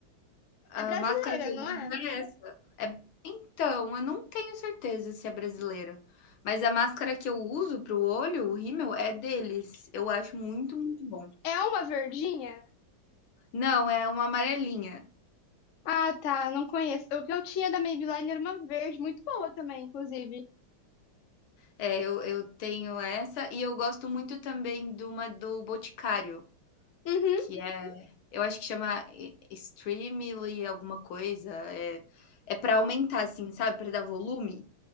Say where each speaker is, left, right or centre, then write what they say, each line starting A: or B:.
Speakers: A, on the left; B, on the left.
A: a
B: é brasileira,
A: máscara que
B: não
A: eu uso
B: é?
A: é essa. É então, eu não tenho certeza se é brasileiro, mas a máscara que eu uso para o olho, o rímel, é deles. Eu acho muito, muito bom.
B: É uma verdinha?
A: Não, é uma amarelinha.
B: Ah, tá, não conheço. O que eu tinha da Maybelline era uma verde, muito boa também, inclusive.
A: É, eu eu tenho essa e eu gosto muito também de uma do Boticário,
B: Uhum,
A: que é eu acho que chama e Streamly alguma coisa, é é para aumentar, assim, sabe, para dar volume,